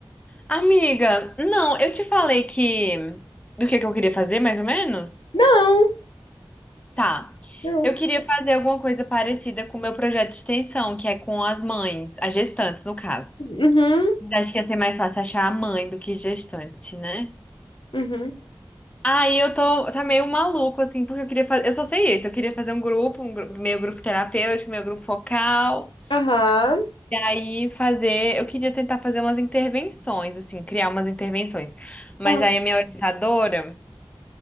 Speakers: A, on the left; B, on the left.
A: Amiga, não, eu te falei que do que que eu queria fazer, mais ou menos?
B: Não,
A: Tá.
B: não.
A: Eu queria fazer alguma coisa parecida com o meu projeto de extensão, que é com as mães, as gestantes, no caso.
B: Uhum,
A: Acho que ia ser mais fácil achar a mãe do que gestante, né?
B: uhum.
A: Aí eu tô, tá meio maluco, assim, porque eu queria fazer. Eu só sei isso, eu queria fazer um grupo, um gru- meu grupo terapêutico, meu grupo focal.
B: Aham,
A: E aí fazer, eu queria tentar fazer umas intervenções, assim, criar umas intervenções. Mas
B: aham,
A: aí a minha orientadora.